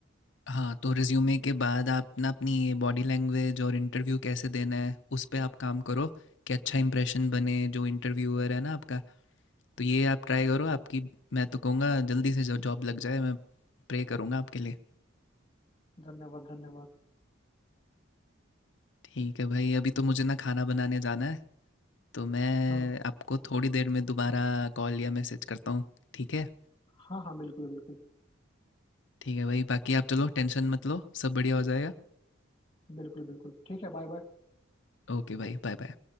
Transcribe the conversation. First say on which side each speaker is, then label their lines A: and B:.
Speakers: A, on the left; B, on the left.
A: हाँ तो रिज्यूमे के बाद आप ना अपनी बॉडी लैंग्वेज और इंटरव्यू कैसे देना है उस पर आप काम करो कि अच्छा इंप्रेशन बने जो इंटरव्यूअर है ना आपका तो ये आप ट्राई करो आपकी मैं तो कहूँगा जल्दी से जो जॉब लग जाए मैं प्रे करूँगा आपके लिए
B: धन्यवाद धन्यवाद
A: ठीक है भाई अभी तो मुझे ना खाना बनाने जाना है तो मैं
B: हाँ
A: आपको थोड़ी देर में दोबारा कॉल या मैसेज करता हूँ ठीक है
B: हाँ हाँ बिल्कुल बिल्कुल
A: ठीक है भाई बाकी आप चलो टेंशन मत लो सब बढ़िया हो जाएगा
B: बिल्कुल बिल्कुल ठीक है बाय बाय
A: ओके भाई बाय बाय